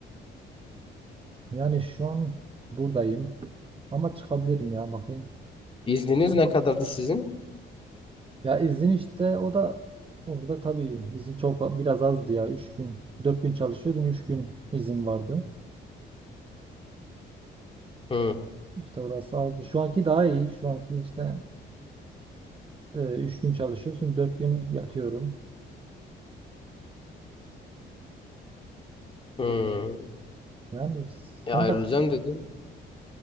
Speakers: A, on the right; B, on the left.
A: Yani şu an buradayım ama çıkabilirim ya bakayım.
B: İzniniz ne kadardı sizin?
A: Ya izin işte o da orada tabii izin çok biraz azdı ya. üç gün, 4 gün çalışıyordum. üç gün izin vardı.
B: Hı.
A: İşte orası azdı. Şu anki daha iyi. Şu anki işte e, 3 gün çalışıyorsun. dört gün yatıyorum.
B: Hı.
A: Yani
B: E
A: sen
B: ayrılacağım
A: de
B: dedim.